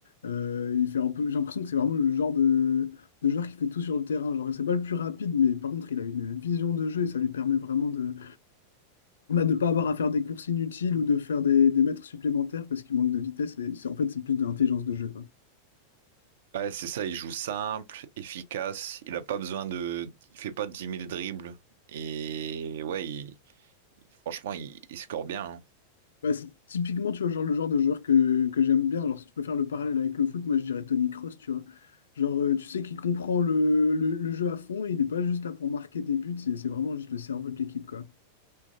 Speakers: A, on the left; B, on the right.
A: Euh, il fait un peu, j'ai l'impression que c'est vraiment le genre de, de joueur qui fait tout sur le terrain. Genre, c'est pas le plus rapide, mais par contre, il a une vision de jeu et ça lui permet vraiment de, on a de pas avoir à faire des courses inutiles ou de faire des, des mètres supplémentaires parce qu'il manque de vitesse. Et c'est- en fait, c'est plus de l'intelligence de jeu, quoi.
B: Ouais, c'est ça. Il joue simple, efficace. Il a pas besoin de, il fait pas dix mille dribbles. Et ouais, il- il- franchement, il, il score bien. hein.
A: Bah, c'est typiquement, tu vois, genre le genre de joueur que, que j'aime bien. Alors, si tu peux faire le parallèle avec le foot, moi, je dirais Tony Kroos, tu vois. Genre, euh, tu sais qu'il comprend le, le- le jeu à fond, il n'est pas juste là pour marquer des buts, c'est c'est vraiment juste le cerveau de l'équipe, quoi.